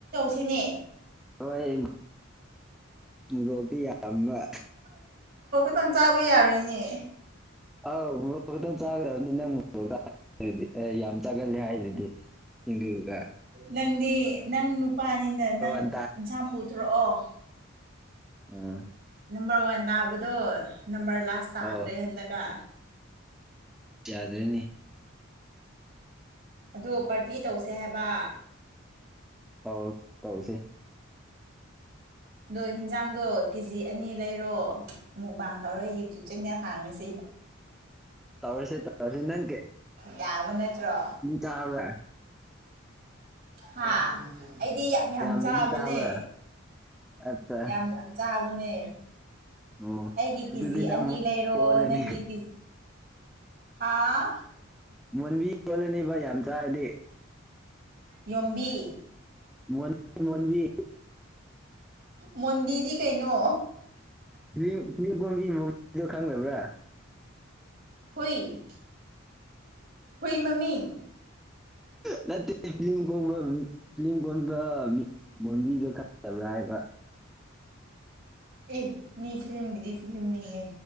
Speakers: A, on the right (about 50°); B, in the centre.
A: ꯁꯨꯅꯤ
B: ꯍꯣꯏ ꯃꯣꯇꯤ ꯌꯥꯝꯕ
A: ꯅꯪ ꯆꯥꯕ ꯌꯥꯔꯣꯏꯅꯦ
B: ꯑꯥꯎ ꯆꯥꯒ꯭ꯔ ꯑꯗꯨ ꯅꯪ ꯃꯣꯛꯗꯤ ꯑꯦ ꯌꯥꯝ ꯆꯥꯒꯂꯦ ꯍꯥꯏꯗꯨꯗꯤ ꯁꯤꯡꯗꯨꯒ
A: ꯅꯪꯗꯤ ꯅꯪ ꯅꯨꯄꯥꯅꯤꯅ ꯅꯪ
B: ꯋꯥꯟ
A: ꯏꯟꯁꯥꯡ ꯄꯨꯊꯣꯔꯛꯑꯣ
B: ꯎꯝ
A: ꯅꯝꯕꯔ ꯋꯥꯟ ꯇꯥꯕꯗꯣ ꯅꯝꯕꯔ ꯂꯥꯁ ꯇꯥꯈ꯭ꯔꯦ
B: ꯑꯧ
A: ꯍꯟꯗꯛꯀ
B: ꯌꯥꯗ꯭ꯔꯅꯤ
A: ꯑꯗꯣ ꯄꯥꯔꯇꯤ ꯇꯧꯁꯦ ꯍꯥꯏꯕ
B: ꯍꯧ ꯇꯧꯁꯤ
A: ꯑꯗꯣ ꯍꯤꯟꯖꯥꯡꯗꯣ ꯀꯦ ꯖꯤ ꯑꯅꯤ ꯂꯩꯔꯣ ꯑꯃꯨꯛ ꯕꯥꯥꯡ ꯇꯧꯔꯒ ꯌꯨꯇꯨꯨꯞ ꯆꯦꯟꯅꯜ ꯍꯥꯡꯉꯁꯤ
B: ꯇꯧꯔꯁꯤ ꯇꯋꯥꯔꯁꯤ ꯅꯪ ꯀꯦ
A: ꯌꯥꯕ ꯅꯠꯇ꯭ꯔꯣ
B: ꯆꯥꯕ꯭ꯔꯥ
A: ꯍꯥ ꯑꯩꯗꯤ ꯌꯥꯝ ꯌꯥꯝ
B: ꯌꯥꯝꯅꯗꯤ
A: ꯆꯥꯕꯅꯦ
B: ꯆꯥꯕ꯭ꯔꯥ ꯑꯠꯆꯥ
A: ꯌꯥꯝ ꯌꯥꯝ ꯆꯥꯕꯅꯦ
B: ꯑꯣ
A: ꯑꯩꯒꯤ ꯀꯤꯖꯤ
B: ꯑꯗꯨꯗꯤ ꯅꯪ
A: ꯑꯅꯤ ꯂꯩꯔꯣ
B: ꯑꯣꯜꯂꯅꯤ
A: ꯅꯪꯒꯤ ꯀꯤꯖꯤ ꯍꯥꯥ
B: ꯃꯨꯕꯤ ꯌꯣꯜꯂꯅꯤꯕ ꯌꯥꯝ ꯆꯥꯔꯗꯤ
A: ꯌꯣꯝꯕꯤ
B: ꯃ ꯃꯟꯕꯤ
A: ꯃꯟꯗꯤꯔꯗꯤ ꯀꯩꯅꯣ
B: ꯐꯤ ꯐꯤꯝ ꯀꯣꯝꯕꯤ ꯃꯗꯣ ꯈꯪꯕ꯭ꯔꯥ
A: ꯍꯨꯏ ꯍꯨꯏ ꯃꯃꯤꯡ
B: ꯅꯠꯇ ꯐ ꯀ ꯐ ꯉꯝꯗ ꯃꯤ ꯣꯝꯕꯤꯗꯣ ꯈꯠꯇꯕ꯭ꯔꯥ ꯍꯥꯏꯕ
A: ꯑꯦ ꯃꯤ ꯐꯤꯂꯝꯒꯤꯗꯤ ꯐꯤꯂꯝꯅꯤꯍꯦ